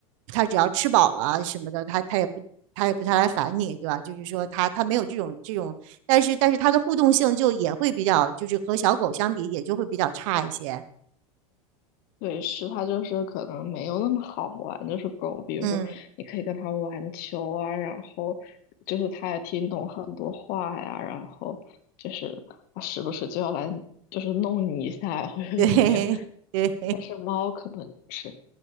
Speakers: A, on the right; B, on the left.
A: 它只要吃饱了什么的，它它也不它也不太来烦你，对吧？就是说它它没有这种这种，但是但是它的互动性就也会比较，就是和小狗相比也就会比较差一些。
B: 对，是它就是可能没有那么好玩，就是狗，比如说你可以跟它玩球啊，
A: 嗯，
B: 然后就是它也听懂很多话呀，然后就是它时不时就要来就是弄你一下呀或者怎么样，
A: 对 <laughs> 对。
B: 但是猫可能是。